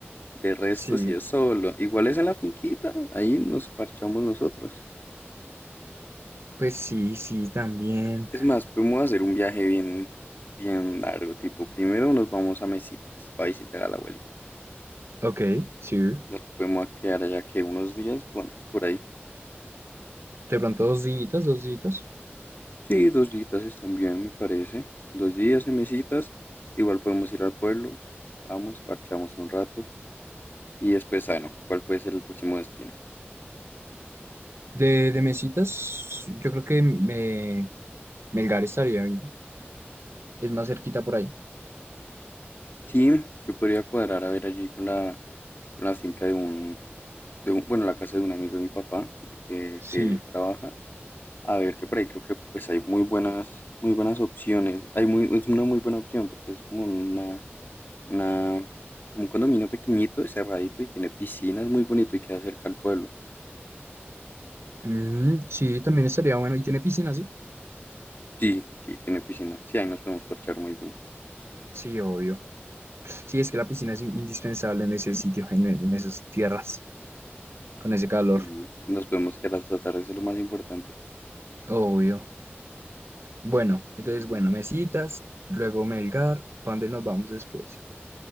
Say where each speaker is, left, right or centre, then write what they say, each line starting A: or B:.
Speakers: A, on the left; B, on the right.
A: De resto,
B: Sí,
A: si es solo. Igual es en la finquita, ahí nos parchamos nosotros.
B: pues sí, sí, también.
A: Es más, podemos hacer un viaje bien, bien largo, tipo, primero nos vamos a Mesitas para visitar a la abuelita.
B: Ok, sí.
A: Nos podemos quedar allá que unos días, ¿cuántos por ahí?
B: De pronto dos días, dos días.
A: Sí, dos días están bien, me parece. Dos días en Mesitas, igual podemos ir al pueblo, vamos, parchamos un rato y después, bueno, ¿cuál puede ser el próximo destino?
B: De, de mesitas, yo creo que me, Melgar estaría bien. Es más cerquita por ahí.
A: Sí, yo podría cuadrar a ver allí con la con la finca de un, de un- bueno, la casa de un amigo de mi papá, de que,
B: Sí.
A: que él trabaja. A ver, que por ahí creo que pues hay muy buenas, muy buenas opciones. Hay muy, es una muy buena opción porque es como una, una, como un condominio pequeñito, cerradito y tiene piscinas muy bonito y queda cerca al pueblo.
B: Mm, sí, también estaría bueno. ¿Y tiene piscina, sí?
A: Sí, sí, tiene piscina. Sí, ahí nos podemos parchar muy bien.
B: Sí, obvio. Sí, es que la piscina es in- indispensable en ese sitio, en, e- en esas tierras, con ese calor.
A: Sí, nos podemos quedar hasta tarde, eso es lo más importante.
B: Obvio. Bueno, entonces,
A: Mm.
B: bueno, mesitas, luego Melgar, ¿para dónde nos vamos después?